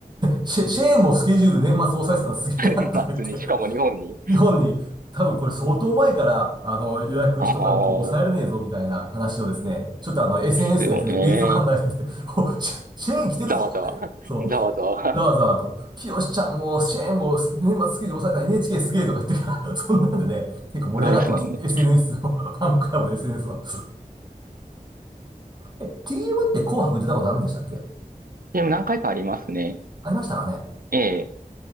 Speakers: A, on the right; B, on the right.
A: シェ、シェーンもスケジュール年末押さえてたのすげえなとか言って、
B: ー、<laughs> ますね。しかも日本に、
A: 日本に多分これ相当前からあの予約しとかんと抑えれねえぞみたいな話をですね、
B: あー、
A: ちょっとあの SNS
B: ですよね。
A: でですね、ビーズファンがしておシェ、シェーン来てるぞって、
B: ざわざわ。<laughs>
A: そう、
B: ざわざわ。
A: ざわざわと、清よちゃんもシェーンも年末スケジュール抑えたら NHK すげえとか言ってから、そんなんでね、結構盛り上がってました。
B: さいですね、NHK。
A: SNS を、ファンクラブの SNS は。え TM って紅白出たことあるんでしたっけ
B: でも何回かありますね。
A: ありましたかね
B: ええ。